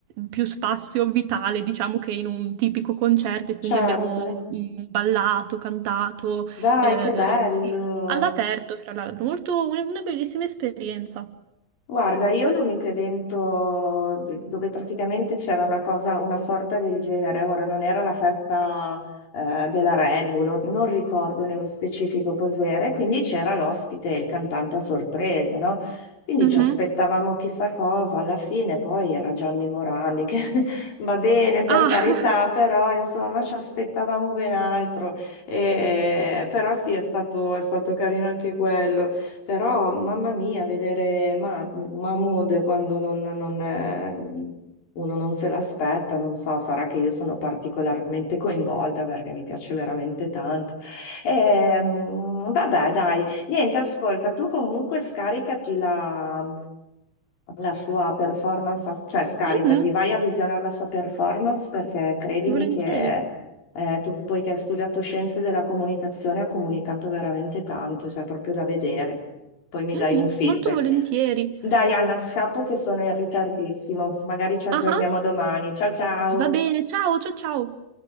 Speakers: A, on the right; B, on the left.
A: più spazio vitale, diciamo, che in un tipico concerto e quindi
B: certo.
A: abbiamo mh, ballato, cantato,
B: Dai,
A: eh,
B: che bello.
A: sì, all'aperto, tra l'altro, molto una una bellissima esperienza.
B: Guarda, io l'unico evento d- dove praticamente c'era una cosa, una sorta del genere, ora non era la festa eh, della Red Bull, or- non ricordo nello specifico cos'era, e quindi c'era l'ospite, il cantante a sorpresa, no? Quindi
A: Mhm.
B: ci aspettavamo chissà cosa, alla fine poi era Gianni Morandi, che <laughs> va bene per
A: Ah,
B: carità,
A: <laughs>
B: però insomma ci aspettavamo ben altro, E- però sì, è stato è stato carino anche quello. Però, mamma mia, vedere Ma- Mahmood quando non, non è- uno non se l'aspetta, non so, sarà che io sono particolarmente coinvolta perché mi piace veramente tanto. Ehm, vabbè, dai, niente, ascolta, tu comunque scaricati la la sua performance, cioè scaricati,
A: mhm,
B: vai a visionare la sua performance perché credimi
A: volentieri,
B: che eh, tu, poiché ha studiato scienze della comunicazione, ha comunicato veramente tanto, cioè proprio da vedere. Poi mi
A: Mhm,
B: dai un feedback.
A: molto volentieri.
B: Dai, Anna, scappo che sono in ritardissimo. Magari ci aggiorniamo
A: Ah. ah.
B: domani. Ciao ciao.
A: Va bene, ciao, ciao, ciao.